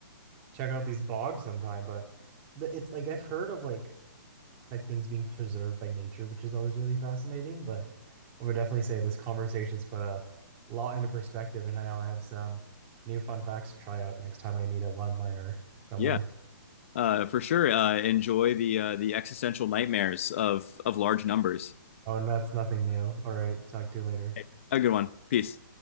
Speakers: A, on the right; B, on the left.
A: check out these bogs sometime, but but it's like I've heard of like like things being preserved by nature, which is always really fascinating. But I would definitely say this conversation's put a lot into perspective, and now I have some new fun facts to try out next time I need a one-liner somewhere.
B: yeah, uh, for sure. Uh, enjoy the uh, the existential nightmares of of large numbers.
A: Oh, and that's nothing new. All right, talk to you later.
B: Okay. Have a good one. Peace.